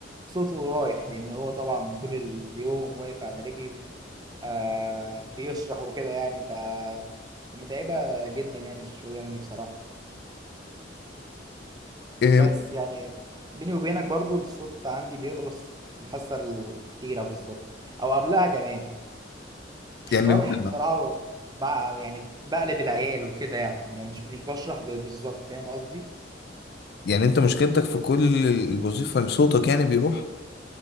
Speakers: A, on the right; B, on the left.
A: صوته رايح لأن هو طبعا طول اليوم واقف على رجله آه بيشرح وكده يعني ف متعبة جدا يعني الشغلانة دي بصراحة
B: إيه،
A: بس يعني بيني وبينك برضو الصوت عندي بيخلص في الحصة الأخيرة بالظبط أو قبلها كمان الشرح
B: يعني انت
A: بصراحة بقى يعني بقلب العيال وكده يعني مش مش بشرح ب- بالظبط فاهم قصدي؟
B: يعني انت مشكلتك في كل الوظيفة ان صوتك يعني بيروح